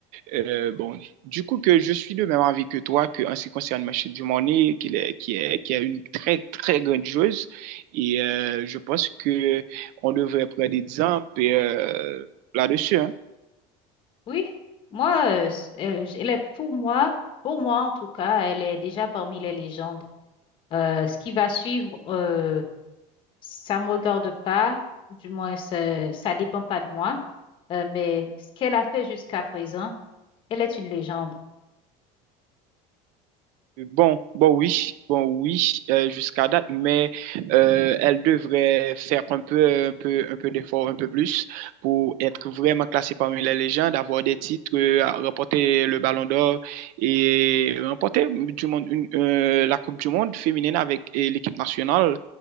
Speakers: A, on the right; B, on the left.
A: Euh, bon, du coup que je suis de même avis que toi que en ce qui concerne Machine du Money, qu'il est, qui est, qui est une très très grandiose et euh, je pense que on devrait prendre des exemples. euh, là-dessus, hein.
B: Oui, moi, euh, c- elle, j- elle est pour moi, pour moi en tout cas, elle est déjà parmi les légendes. Euh, ce qui va suivre, euh, ça me regarde pas, du moins ça, ça dépend pas de moi. Euh, mais ce qu'elle a fait jusqu'à présent, elle est une légende.
A: Bon, bon oui, bon oui, euh, jusqu'à date, mais euh, elle devrait faire un peu, un peu, un peu d'effort, un peu plus pour être vraiment classée parmi les légendes, avoir des titres, euh, à remporter le Ballon d'Or et remporter du monde, une- euh, la Coupe du Monde féminine avec euh, l'équipe nationale.